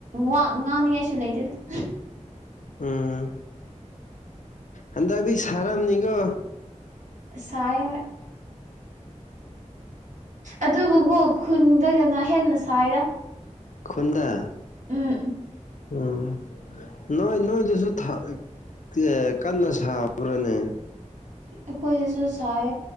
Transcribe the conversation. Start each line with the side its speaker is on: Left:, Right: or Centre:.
Right: ꯋꯥ ꯉꯥꯡꯅꯤꯡꯉꯥꯏꯁꯨ ꯂꯩꯇꯦꯗ <unintelligible>
Left: ꯎꯝ ꯍꯟꯗꯛꯇꯤ ꯁꯥꯔꯝꯅꯤꯀꯣ
Right: ꯁꯥꯏ ꯍꯣꯏ ꯑꯗꯨꯕꯨꯀꯣ ꯈꯨꯟꯗꯅ ꯍꯦꯟꯅ ꯁꯥꯏꯗ
Left: ꯈꯨꯟꯗ
Right: ꯎꯝ
Left: ꯎꯝ ꯅꯣꯏ ꯅꯣꯏꯗꯨꯁꯨ ꯊꯤ ꯀꯟꯅ ꯁꯥꯕ꯭ꯔꯅꯦ
Right: ꯑꯩꯈꯣꯏꯁꯤꯁꯨ ꯁꯥꯏ